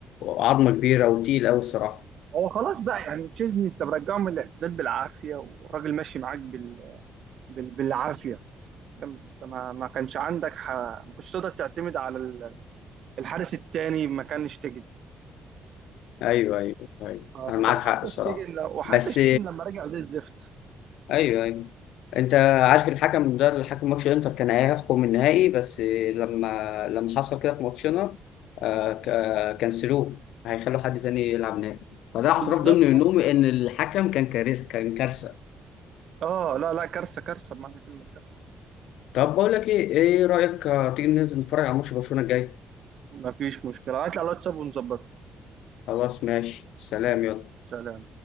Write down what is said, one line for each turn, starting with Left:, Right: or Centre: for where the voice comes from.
Left: عظمة كبيرة وتقيل قوي الصراحة
Right: هو خلاص بقى يعني تشيزني انت مرجعه من الاعتزال بالعافيه والراجل ماشي معاك بال... بال... بالعافيه فاهم؟ انت ما ما كانش عندك ح... ما كنتش تقدر تعتمد على ال- الحارس التاني ما كان شتيجن
Left: ايوه ايوه ايوه
Right: اه،
Left: انا
Right: فس-
Left: معاك
Right: وحتى
Left: حق الصراحة
Right: شتيجن لو... وحتى
Left: بس
Right: شتيجن لما رجع زي الزفت
Left: ايوه ايوه انت عارف الحكم ده اللي حكم ماتش انتر كان هيحكم النهائي بس لما لما حصل كده في ماتشنا آه، ك- كنسلوه هيخلوا حد تاني يلعب نهائي فده
Right: بالظبط
Left: اعتراف ضمن منهم ان الحكم كان كارثه كان كارثه
Right: اه لا لا كارثه كارثه بمعنى كلمه كارثه
Left: طب بقول لك ايه ايه رايك آه، تيجي ننزل نتفرج على ماتش برشلونه الجاي
Right: ما فيش مشكله هات لي على الواتساب ونظبطها
Left: خلاص ماشي سلام
Right: ماشي.
Left: يلا
Right: سلام